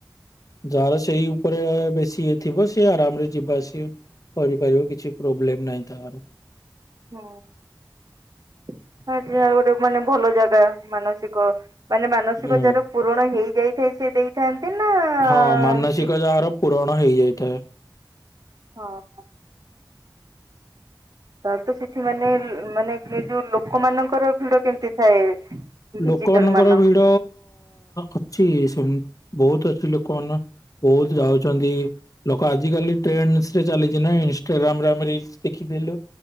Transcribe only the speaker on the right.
ହୁଁ ଆଜ୍ଞା ଆଉ ଗୋଟେ ମାନେ ଭଲ ଜାଗା ମାନସିକ ମାନେ ମାନସିକ
ଯାହାର ପୂରଣ ହେଇଯାଇଥାଏ ସେ ଦେଇଥାନ୍ତି ନା ଏମତି
ହଁ। ହଁ। ତାହେଲେ ତ ସେଠି ମାନେ ମାନେ ଏ ଯୋଉ ଲୋକମାନଙ୍କର ଭିଡ କେମିତି ଥାଏ। ଭିଜିଟର
ମାନଙ୍କ